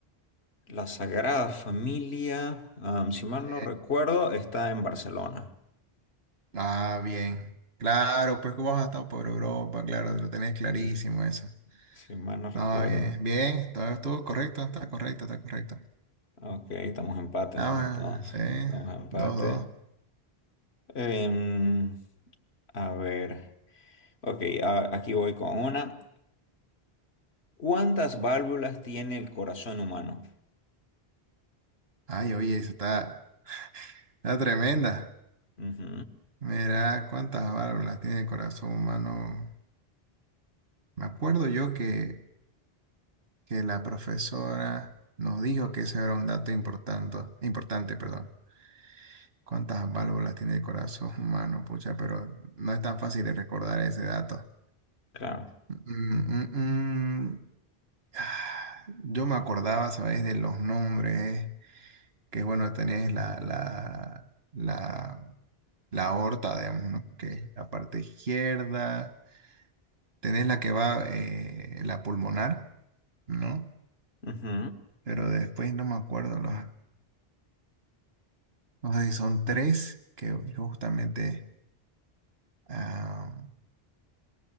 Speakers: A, on the left; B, on the right.
A: La Sagrada Familia, am, si mal
B: Ok.
A: no recuerdo, está en Barcelona.
B: Ah, bien. Claro, pues que vos has estado por Europa, claro, lo tenés clarísimo
A: Mm,
B: eso.
A: Si mal no recuerdo.
B: No, bien, bien, todo estuvo correcto, está correcto, está correcto.
A: Ok, estamos empates,
B: Ah,
A: entonces.
B: sí,
A: Estamos empates.
B: dos, dos.
A: Em, a ver. Ok, a- aquí voy con una. ¿Cuántas válvulas tiene el corazón humano?
B: Ay, oye, eso está, está tremenda.
A: Ujú,
B: Mira cuántas válvulas tiene el corazón humano. Me acuerdo yo que, que la profesora nos dijo que ese era un dato importante, importante, perdón. cuántas válvulas tiene el corazón humano, pucha, pero no es tan fácil de recordar ese dato.
A: claro.
B: Mm, mm, mm. Ah, Yo me acordaba, ¿sabes? De los nombres, que bueno, tenés la, la, la, la aorta, digamos, ¿no? Que es la parte izquierda, tenés la que va, eh, la pulmonar, ¿no?
A: Ujú.
B: Pero después no me acuerdo, los, no sé si son tres, que justamente... ah,